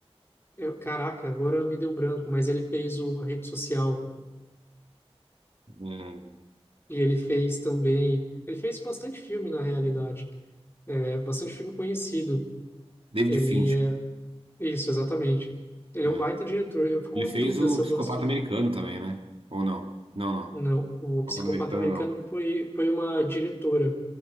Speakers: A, on the left; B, on the right.
A: é, o- caraca, agora me deu branco, mas ele fez o a Rede Social
B: É,
A: e ele fez também, ele fez bastante filme na realidade, é, bastante filme conhecido.
B: David
A: Ele
B: Fincher.
A: é Isso, exatamente. Ele
B: é.
A: é um baita diretor. Eu fico
B: Ele fez
A: em dúvida
B: o
A: se eu
B: Psicopata
A: gosto.
B: Americano também, né? Ou não? Não, não.
A: Não, o Psicopata
B: Psicopata Americano
A: Americano
B: não.
A: foi, foi uma diretora